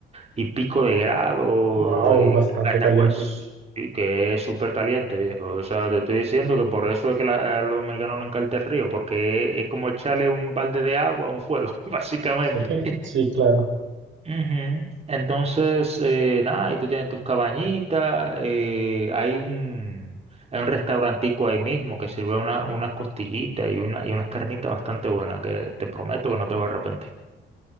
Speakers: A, on the right; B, on the right.
A: y pico de grado,
B: Wow,
A: eh,
B: bastante
A: hasta
B: caliente.
A: pues, sí, que es súper caliente, viejo. O sea, te estoy diciendo que por eso es que la- a los dominicanos no encanta el río, porque es como echarle un balde de agua a un fuego, <laughs> básicamente.
B: Sí, <laughs> sí, claro.
A: Ujú. Entonces, eh, nada, y tú tienes tus cabañitas, eh, hay un, hay un restaurantico ahí mismo que sirve una, unas costillitas y, una, y unas carnitas bastante buenas que te prometo que no te vas a arrepentir.